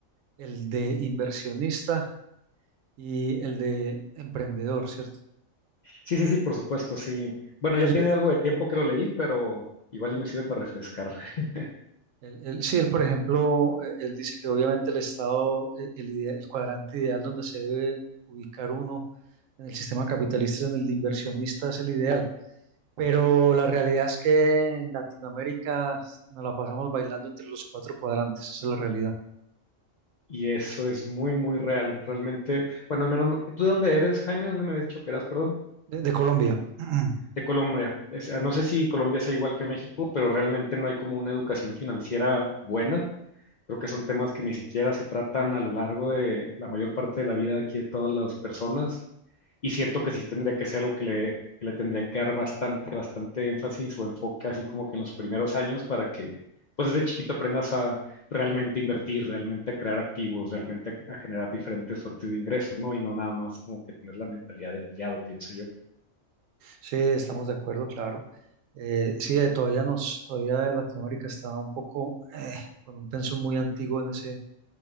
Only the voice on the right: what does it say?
el de inversionista y el de emprendedor, ¿cierto?
Él,
Él, él- sí, él, por ejemplo, eh, él dice que obviamente el estado, eh, el, ide- el cuadrante ideal donde se debe ubicar uno en el sistema capitalista, en el de inversionista, es el ideal. Pero la realidad es que en Latinoamérica nos la pasamos bailando entre los cuatro cuadrantes, esa es la realidad.
De, de Colombia. <clears throat>
Sí, estamos de acuerdo, claro. Eh, sí, eh, todavía nos, todavía Latinoamérica está un poco eh, con un pensum muy antiguo en ese,